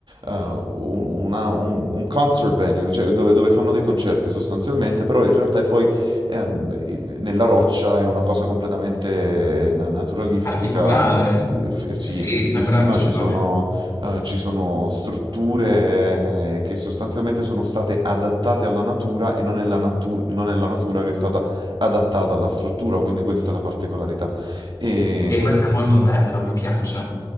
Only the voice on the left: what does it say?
Particolare, no?
Sì,
sembra figo.
Ok, questo è molto bello, mi piace.